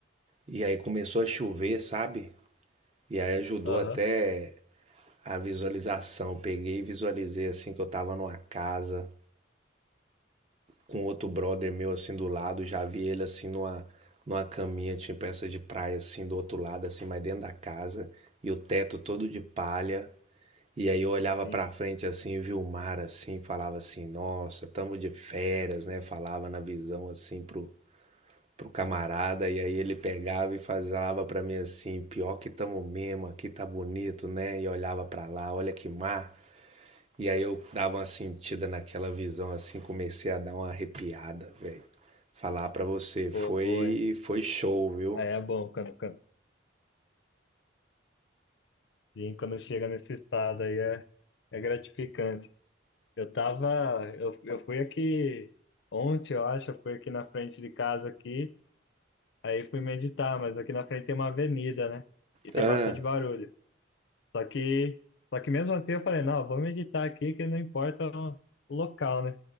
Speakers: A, on the right; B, on the left.
A: e aí começou a chover, sabe? E aí ajudou
B: Aham,
A: até a visualização. Peguei e visualizei assim que eu tava numa casa com outro brother meu assim do lado, já vi ele assim numa, numa caminha, tipo essa de praia, assim do outro lado, assim, mas dentro da casa, e o teto todo de palha. E aí eu olhava
B: sim.
A: pra frente assim, via o mar assim, falava assim, nossa, tamo de férias, né? Falava na visão assim pro, pro camarada, e aí ele pegava e falava pra mim assim, pior que tamo mesmo, aqui tá bonito, né? E olhava pra lá, olha que mar. E aí eu dava uma sentida naquela visão assim, comecei a dar uma arrepiada, velho. Falar pra você, foi
B: Boa, boa, hein?
A: foi show, viu?
B: Aí é bom quando, quando, sim, quando chega nesse estado aí é, é gratificante. Eu tava, eu, eu fui aqui ontem, eu acho, eu fui aqui na frente de casa aqui, aí fui meditar, mas aqui na frente tem uma avenida, né? E tem
A: Ah,
B: bastante barulho. Só que, só que mesmo assim eu falei, não, vou meditar aqui que não importa o o local, né?